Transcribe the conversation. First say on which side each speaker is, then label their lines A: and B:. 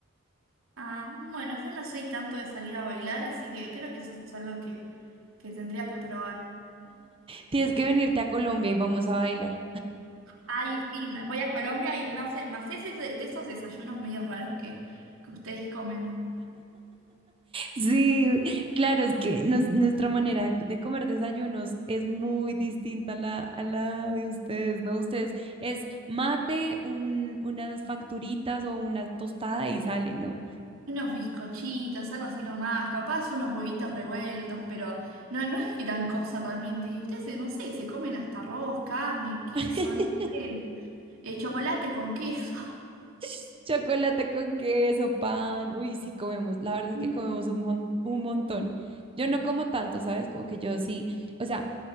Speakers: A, on the right (about 80°); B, on the right (about 25°).
A: Ah, bueno, yo no soy tanto de salir a bailar, así que creo que eso es algo que, que tendría que probar.
B: Tienes que venirte a Colombia y vamos a bailar.
A: Ay, sí, me- voy a Colombia y me hacen más ese de de esos desayunos medio raros que, que ustedes comen.
B: Sí, claro, es que nos- nuestra manera de comer desayunos es muy distinta a la, a la de ustedes, ¿no? Ustedes es mate, un, unas facturitas o una tostada y
A: Sí.
B: sale, ¿no?
A: Unos bizcochitos, algo así nomás, capaz unos huevitos revueltos, pero no, no es gran cosa realmente. Y ustedes, eh, no sé, se comen hasta arroz, carne, queso,
B: <laughs>
A: no sé, eh, chocolate con queso.
B: <laughs> Chocolate con queso, pan. Uy, sí comemos. La verdad
A: <laughs>
B: es que comemos un, mon- un montón. Yo
A: Mm.
B: no como tanto, ¿sabes? Como que yo sí. O sea,